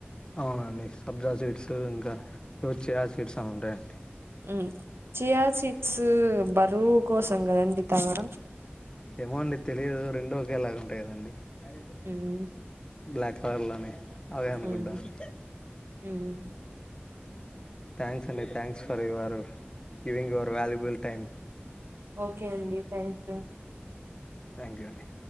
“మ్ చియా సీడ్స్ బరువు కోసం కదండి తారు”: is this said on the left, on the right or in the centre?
Right